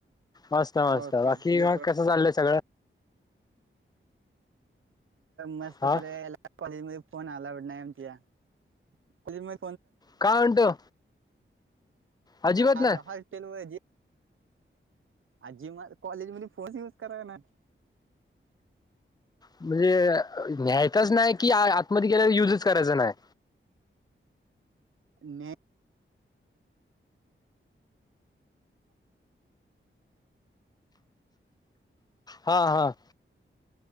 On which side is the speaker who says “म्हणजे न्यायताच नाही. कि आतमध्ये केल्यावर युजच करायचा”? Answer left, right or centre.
Left